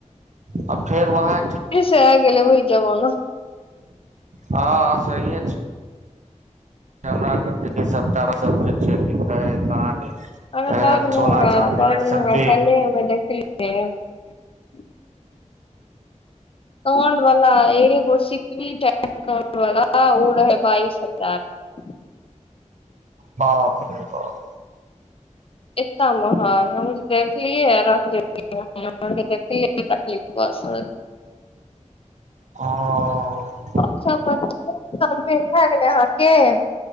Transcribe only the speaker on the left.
फिर से आय गेलै वहि जबाना।
अरे बड्ड महगा,
बड्ड
महगा,
कल्हे हमे देखलयै से कान वाला। एगो सिकरी टा कान वाला ओ रहै बाइस हजार के।
एतना महंगा हमे तऽ देखलियै हे। <unintelligible> तकलीफ।
<unintelligible> से भैय गेलै अहाँके।